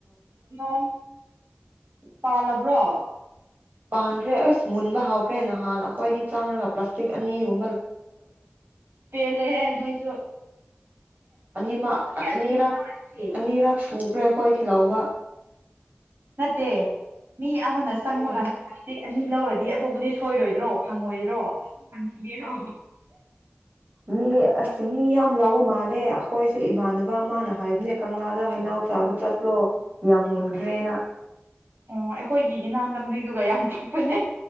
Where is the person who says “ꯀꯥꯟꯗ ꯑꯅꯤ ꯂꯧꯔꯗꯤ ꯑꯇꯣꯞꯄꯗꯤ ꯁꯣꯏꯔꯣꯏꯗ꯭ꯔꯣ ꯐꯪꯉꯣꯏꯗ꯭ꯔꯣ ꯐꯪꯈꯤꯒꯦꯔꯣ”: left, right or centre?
Right